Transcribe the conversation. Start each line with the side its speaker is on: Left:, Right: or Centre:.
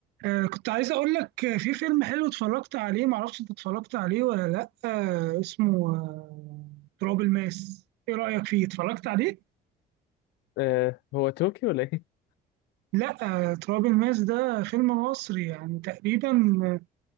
Right: آه كنت عايز اقول لك آه، في فيلم حلو اتفرجت عليه معرفش انت اتفرجت عليه ولا لا آه اسمه آه تراب الماس ايه رأيك فيه اتفرجت عليه
Left: آه هو تركي ولا ايه؟
Right: لا آه تراب الماس ده فيلم مصري يعني تقريبا آه،